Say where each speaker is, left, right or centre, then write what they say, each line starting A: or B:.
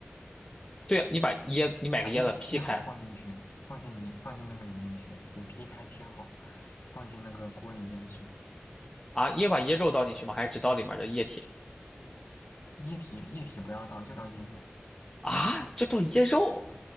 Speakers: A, on the left; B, on the left.
A: 对啊，你把椰你买个椰子劈开，
B: 把椰子切好放进去，放进你放进那个里面去，对，劈开切好，放进那个锅里面煮，
A: 啊，也把椰肉倒进去吗？还是只倒里面的液体？
B: 液体液体不要倒，就倒椰肉。
A: 啊，就倒椰肉？